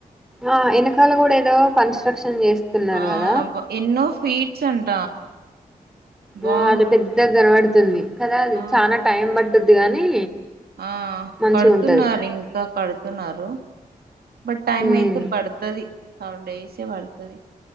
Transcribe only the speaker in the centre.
ఆ ఎనకాల కూడా ఏదో కన్స్ట్రక్షన్ చేస్తున్నారు
కదా
ఆ అది పెద్దగా కనవాడ్ తుంది కదా అది
చనా టైం బట్టు గాని
మంచిగా
ఉంటది
ఉమ్